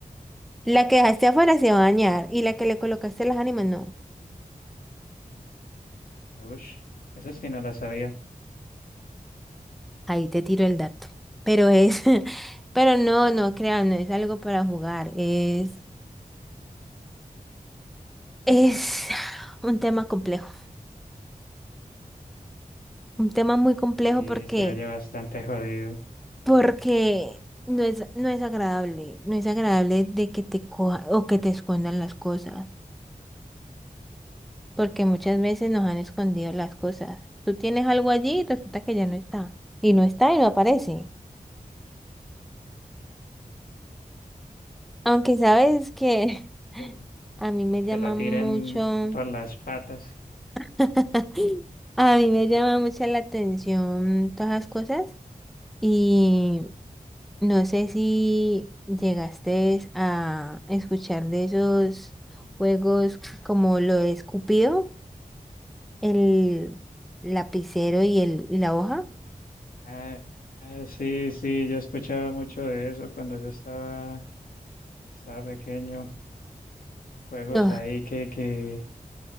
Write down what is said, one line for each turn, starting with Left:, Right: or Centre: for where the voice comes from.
Centre: La que dejaste afuera se va a dañar y la que le colocaste a las ánimas no.
Left: Uy, eso sí no la sabía.
Centre: Ahí te tiro el dato. Pero es, <laughs> pero no, no crean, no es algo para jugar. Es Es un tema complejo, un tema muy complejo
Left: Sí,
Centre: porque,
Left: se oye bastante jodido.
Centre: porque no es, no es agradable, no es agradable de que te coja o que te escondan las cosas, porque muchas veces nos han escondido las cosas. Tú tienes algo allí y resulta que ya no está, y no está y no aparece. Aunque sabes que <laughs>
Left: Que,
Centre: a mí me
Left: que
Centre: llama
Left: lo tiren
Centre: mucho,
Left: por las patas.
Centre: <laughs> a mí me llama mucho la atención todas las cosas. Y No sé si llegaste a escuchar de esos juegos como lo es Cupido, el lapicero y, el, y la hoja.
Left: Ah, ah, sí, sí, yo escuchaba mucho de eso cuando yo estaba, estaba pequeño. Juegos
Centre: No,
Left: ahí que, que